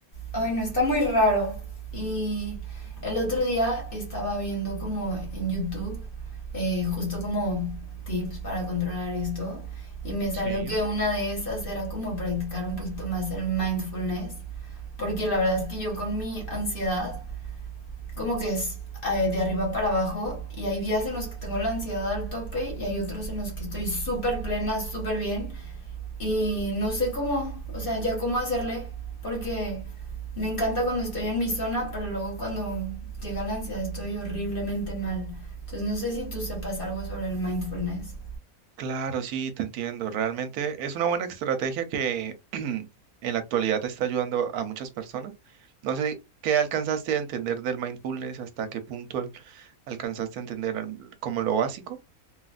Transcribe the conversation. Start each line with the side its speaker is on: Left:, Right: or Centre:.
Left: ay, no, está muy raro. Y el otro día estaba viendo como en YouTube, eh, justo como tips para controlar esto, y me salió
Right: Sí,
Left: que una de esas era como practicar un poquito más el mindfulness, porque la verdad es que yo con mi ansiedad como que es eh, de arriba para abajo y hay días en los que tengo la ansiedad al tope y hay otros en los que estoy súper plena, súper bien y no sé cómo, o sea, ya cómo hacerle porque me encanta cuando estoy en mi zona, pero luego cuando llega la ansiedad estoy horriblemente mal. Entonces no sé si tú sepas algo sobre el mindfulness.
Right: Claro, sí, te entiendo. Realmente es una buena estrategia que <clears throat> en la actualidad te está ayudando a muchas personas. No sé qué alcanzaste a entender del mindfulness, hasta qué punto al- alcanzaste a entender al- como lo básico.